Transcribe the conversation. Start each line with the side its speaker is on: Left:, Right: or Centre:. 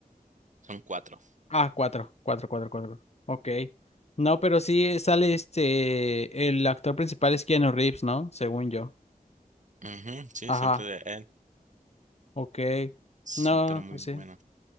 Right: son cuatro.
Left: Ah, cuatro. Cuatro, cuatro, cuatro. Ok. No, pero sí sale este... El actor principal es Keanu Reeves, ¿no? Según yo.
Right: Ujú, sí,
Left: Ajá.
Right: siempre de él.
Left: Ok.
Right: Sí,
Left: No,
Right: pero muy
Left: pues
Right: bueno.
Left: sí.